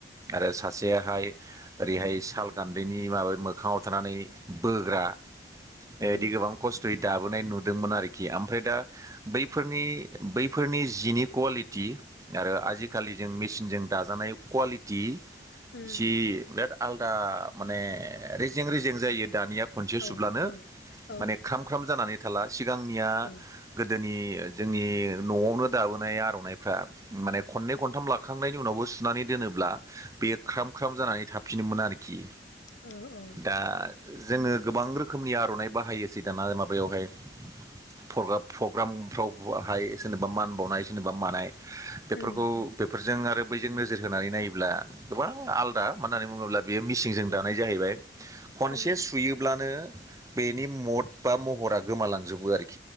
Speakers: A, on the right; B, on the left.
A: आरो सासेयाहाय ओरैहाय साल गान्दैनि माबा मो मोखाङाव थानानै बोग्रा।
B: अ
A: बेबायदि
B: उम
A: गोबां खस्थ'यै दाबोनाय नुदोंमोन आरोखि आम। ओमफ्राय दा बैफोरनि बैफोरनि जिनि कुवालिटि आरो आजिखालि जों मि मिचिनजों दाजानाय कुवालिटि
B: उम
A: सि बिराद आलदा माने रेजें रेजें जायो दानिया। खनसे
B: औ
A: सुब्लानो
B: औ औ
A: माने ख्राम ख्राम जानानै थाला सिगांनिया
B: औ
A: गोदोनि जोंनि न'आवनो दाबोनाय आर'नाइफ्रा माने खननै खनथाम लाख खांनायनि उनावबो सुनानै दोनोब्ला बेयो ख्राम ख्राम जानानै थाफिनोमोन आरोखि।
B: औ औ
A: दा। जोङो गोबां रोखोमनि आर'नाइ बाहायो जे दाना माबायावहाय। प्रग्राफ फग्रामफ्रावबो हायो सोरनोबा मान बावनाय सोरनोबा मानाय। बेफोरखौ।
B: उम उम
A: जों आरो बैजों नोजोर होनानै नायोब्ला गोबां आलदा मा होननानै बुङोब्ला। बेयो मिसिंजों
B: अ
A: दानाय जाहैबाय खनसे
B: अ
A: सुयोब्लानो। बेनि मद बा महरा गोमालांजोबो आरोख